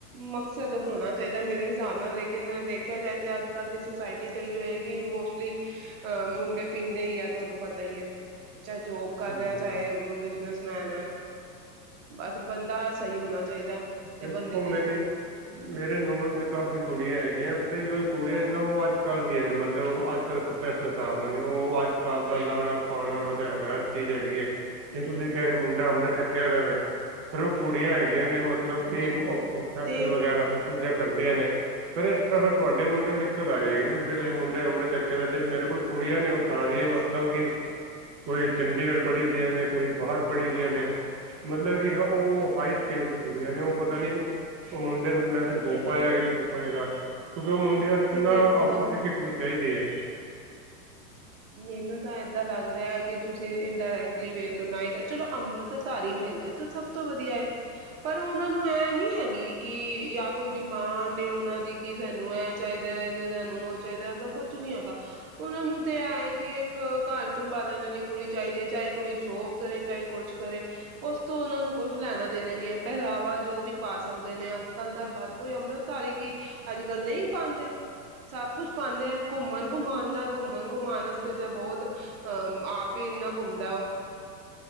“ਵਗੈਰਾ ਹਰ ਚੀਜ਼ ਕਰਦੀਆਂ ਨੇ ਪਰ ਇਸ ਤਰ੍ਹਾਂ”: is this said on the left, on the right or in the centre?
Right